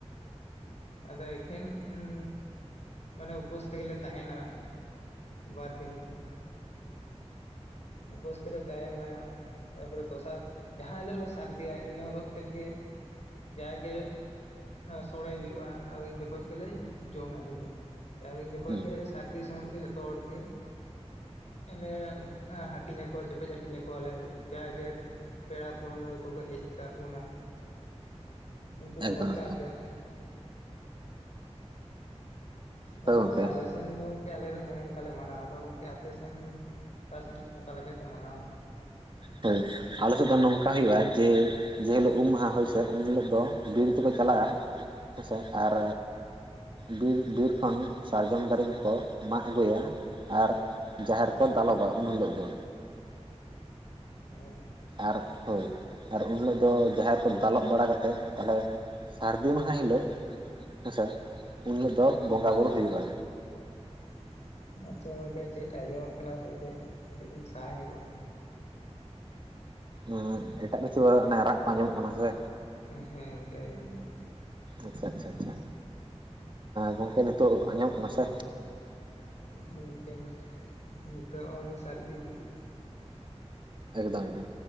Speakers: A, on the left; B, on the right.
A: ᱟᱫᱚ ᱮᱠᱷᱮᱱ ᱩᱸᱻ ᱢᱟᱱᱮ ᱩᱯᱟᱹᱥ ᱛᱮᱜᱮᱞᱮ ᱛᱟᱦᱮᱱᱟ ᱵᱟᱨ ᱫᱤᱱ ᱩᱯᱟᱹᱥ ᱛᱮᱞᱮ ᱛᱟᱦᱮᱱᱟ ᱛᱟ ᱯᱚᱨᱮ ᱫᱚᱥᱟᱨ ᱡᱟᱦᱟᱸ ᱦᱤᱞᱚᱜ ᱞᱮ ᱥᱟᱹᱨᱫᱤᱭᱟ ᱤᱱᱟᱹ ᱦᱤᱞᱚᱜ ᱛᱮᱫ ᱜᱮ ᱡᱟᱜᱮ ᱥᱚᱲᱮ ᱦᱩᱭᱩᱜ-ᱟ ᱟᱫᱚ ᱤᱱ ᱡᱚᱠᱷᱚᱱ ᱜᱮᱞᱮ ᱡᱚᱢ ᱦᱟᱹᱴᱤᱧᱟᱹ ᱟᱨ ᱤᱱ ᱡᱚᱠᱷᱚᱡ
B: ᱦᱩᱸ
A: ᱜᱮ ᱥᱟᱹᱨᱫᱤ ᱥᱚᱢᱚᱭ ᱜᱮ ᱡᱚᱛᱚ ᱦᱚᱲ ᱜᱮ ᱤᱱᱟᱹ ᱵᱷᱩᱼᱼ ᱟᱺᱻ ᱦᱟᱹᱴᱤᱧ ᱟᱠᱚ ᱪᱮᱯᱮᱡ ᱦᱟᱹᱴᱤᱧ ᱟᱠᱚᱣᱟᱞᱮ ᱡᱟᱜᱮ ᱯᱮᱲᱟ ᱯᱟᱹᱦᱲᱟᱹ ᱠᱚᱠᱚ ᱦᱮᱡ ᱟᱠᱟᱜ ᱵᱚᱱᱟ ᱩᱱᱠᱩ ᱠᱚ
B: ᱮᱠᱫᱚᱢ
A: ᱵᱟᱠᱷᱨᱟ
B: ᱮᱠᱫᱚᱢ
A: ᱛᱮ
B: ᱦᱳᱭ
A: ᱚᱱᱠᱟ
B: ᱜᱚᱝᱠᱮ
A: ᱟᱞᱮ ᱟᱯ ᱥᱮᱱ ᱫᱚ ᱜᱚᱝᱠᱮ ᱟᱞᱮᱫ ᱫᱚ ᱱᱚᱜᱼ ᱱᱚᱝᱠᱟ ᱞᱮ ᱢᱟᱱᱟᱣᱟ ᱟᱫᱚ ᱜᱚᱝᱠᱮ ᱟᱯᱮᱥᱮᱱ ᱚᱠᱟᱥᱮᱱ ᱚᱠᱟ ᱞᱮᱠᱟ ᱠᱚ ᱢᱟᱱᱟᱣᱟ
B: ᱦᱳᱭ, ᱟᱞᱮ ᱥᱮᱫ ᱫᱚ ᱱᱚᱝᱠᱟ ᱦᱩᱭᱩᱜ-ᱟ ᱡᱮ ᱡᱮ ᱦᱤᱞᱚᱜ ᱩᱢᱟ ᱦᱟᱸᱜ ᱦᱳᱭ ᱥᱮ ᱩᱱ ᱦᱤᱞᱚᱜ ᱫᱚ ᱵᱤᱨ ᱛᱮᱠᱚ ᱪᱟᱞᱟᱜᱼᱟ ᱦᱮᱸᱥᱮ ᱟᱨ ᱵᱤᱨ ᱵᱤᱨ ᱠᱷᱚᱱ ᱥᱟᱨᱡᱚᱢ ᱫᱟᱨᱮ ᱠᱚᱠᱚ ᱢᱟᱜ ᱟᱹᱜᱩᱭᱟ ᱟᱨ ᱡᱟᱦᱮᱨ ᱠᱚ ᱛᱟᱞᱟᱵᱟ ᱩᱱ ᱦᱤᱞᱚᱜ ᱫᱚ
A: ᱩᱸᱜ
B: ᱟᱨ ᱦᱳᱭ ᱟᱨ ᱩᱱ ᱦᱤᱞᱚᱜ ᱫᱚ ᱡᱟᱦᱮᱨ ᱠᱚ ᱫᱟᱞᱚᱵᱽ ᱵᱟᱲᱟ ᱠᱟᱛᱮᱫ ᱛᱟᱦᱚᱞᱮ ᱥᱟᱨᱫᱤ ᱢᱟᱦᱟ ᱦᱤᱞᱟᱹᱜ ᱦᱮᱸᱥᱮ ᱩᱱ ᱦᱤᱞᱚᱜ
A: ᱦᱮᱸ
B: ᱫᱚ ᱵᱚᱸᱜᱟ ᱵᱩᱨᱩ ᱦᱩᱭᱩᱜᱼᱟ᱾
A: <inaudible> ᱟᱪᱪᱷᱟ ᱜᱚᱝᱠᱮ ᱪᱮᱫ ᱟᱸᱡᱚᱢᱚᱜ ᱠᱟᱱᱟ ᱥᱮ ᱪᱮᱫ ᱠᱟᱹᱴᱤᱡ ᱵᱤᱧ ᱥᱟᱦᱟ ᱧᱚᱜᱚᱜᱼᱟ᱾
B: ᱩᱸᱜ ᱮᱴᱟᱜ ᱠᱤᱪᱷᱩ ᱚᱱᱮ ᱨᱟᱜ ᱠᱚ ᱟᱸᱡᱚᱢᱚᱜ ᱠᱟᱱᱟ ᱥᱮ,
A: ᱦᱮᱸ ᱜᱚᱢᱠᱮ ᱟᱸᱡᱚᱢ ᱧᱟᱢᱚᱜ
B: ᱟᱪᱪᱷᱟ ᱟᱪᱪᱷᱟ ᱟᱪᱪᱷᱟ, ᱜᱚᱝᱠᱮ ᱱᱤᱛᱚᱜ ᱟᱸᱡᱚᱢ ᱠᱟᱱᱟ ᱥᱮ?
A: ᱦᱮᱸ ᱜᱚᱝᱠᱮ ᱱᱤᱛᱚᱜ ᱟᱹᱵᱤᱱ ᱥᱟᱨᱫᱤ ᱤᱫᱤ ᱠᱮᱫ
B: ᱮᱠᱫᱚᱢ ᱮᱠᱫᱚᱢ